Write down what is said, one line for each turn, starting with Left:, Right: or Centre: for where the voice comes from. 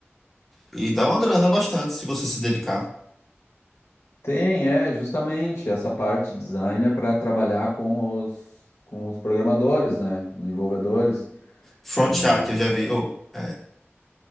Centre: e dá uma grana bastante se você se dedicar.
Left: Tem, é, justamente essa parte de design é para trabalhar com os, com os programadores, né? Desenvolvedores
Centre: Front
Left: e
Centre: chat, eu já vi. Oh, é,